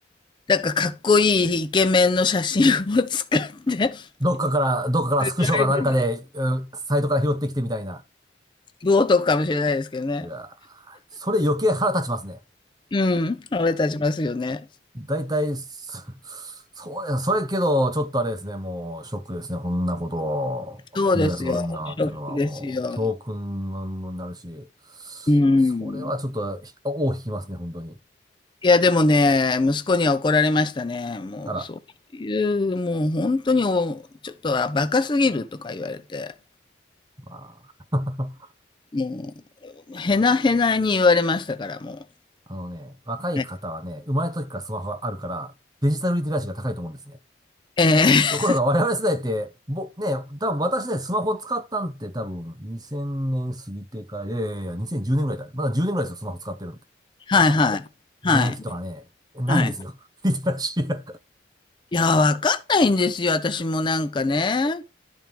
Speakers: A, on the left; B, on the right.
A: だからかっこいいイケメンの写真を使って、す
B: どっかから、どっかからスクショかなんかで、
A: ごい、
B: うんサイトから拾ってきてみたいな。
A: 冒涜かもしれないですけどね。
B: うわーそれ余計腹立ちますね。
A: うん、腹立ちますよね。
B: 大体、そそうや、それけど、ちょっとあれですね、もう、ショックですね、こんなこと、
A: そうですよ。
B: ひどいやつがおるんだなっていうのは、
A: ショックですよ。
B: もう、教訓になるし、
A: うん。
B: それはちょっと、ひ尾を引きますね、本当に。
A: いや、でもね、息子には怒られましたね。もうそういう、
B: あら、
A: もう本当にお、ちょっとはバカすぎるとか言われて。
B: まあ、
A: もう、へなへなに言われましたから、も
B: <laughs> あのね、若い方はね、
A: う。
B: 生まれた時からスマホがあるから、デジタルリテラシーが高いと思うんですね。
A: ええ
B: ところが我々世代って、ぼ、ね、多分私ね、スマホ使ったんって多分2000年過ぎてから、いやいやいや、2010年ぐらいだ。まだ10年ぐらいですよ、スマホ使ってるんで。
A: ー
B: やっぱね、
A: <laughs> はいはい。
B: 免疫とかね、
A: はい。
B: ないんですよ。
A: はい。
B: <laughs> リテラシーな
A: いや、わかんないんですよ、私もなんかね。